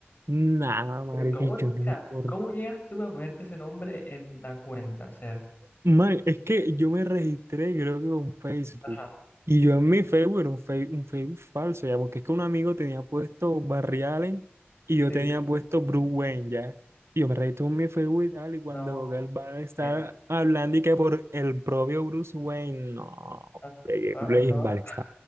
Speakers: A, on the right (about 90°); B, on the left (about 45°).
A: Nada, marica,
B: Pero ¿cómo,
A: yo
B: o
A: no
B: sea,
A: me acuerdo.
B: cómo llegas tú a ponerte ese nombre en la cuenta? O sea,
A: Man, es que yo me registré, creo que con Facebook.
B: Ajá,
A: Y yo en mi Facebook era un, Fe- un Facebook falso, ya, porque es que un amigo tenía puesto Barry Allen y yo
B: sí,
A: tenía puesto Bruce Wayne, ya. Y yo me registré en mi Facebook y tal, y cuando
B: no,
A: el van estaba
B: pena.
A: hablando y que por el propio Bruce Wayne, no, hombre,
B: Ah,
A: qué culo,
B: Estaba, estaba
A: y el vale,